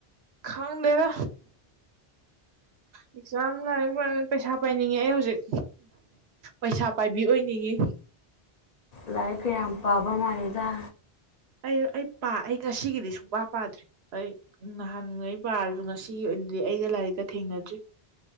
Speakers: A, on the right (about 85°); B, on the left (about 45°).
A: ꯈꯪꯗꯦꯗ ꯑꯦꯛꯖꯥꯝ ꯂꯥꯏꯔꯤ ꯄꯩꯁꯥ ꯄꯥꯏꯅꯤꯡꯉꯦ ꯑꯩ ꯍꯧꯖꯤꯛ ꯄꯩꯁꯥ ꯄꯥꯏꯕꯤ ꯑꯣꯏꯅꯤꯡꯏ
B: ꯂꯥꯏꯔꯤꯛ ꯀ ꯌꯥꯝ ꯄꯥꯕ ꯃꯥꯜꯂꯤꯗ
A: ꯑꯩ ꯑꯩ ꯄꯥ ꯑꯩ ꯉꯁꯤꯒꯤꯗꯤ ꯁꯨꯡꯄꯥ ꯄꯥꯗ꯭ꯔꯤ ꯑꯩ ꯅꯍꯥꯟꯉꯩ ꯄꯥꯔꯖꯨ ꯉꯁꯤꯒꯤ ꯑꯣꯏꯅꯗꯤ ꯑꯩꯒ ꯂꯥꯏꯔꯤꯛꯀ ꯊꯦꯡꯅꯗ꯭ꯔꯤ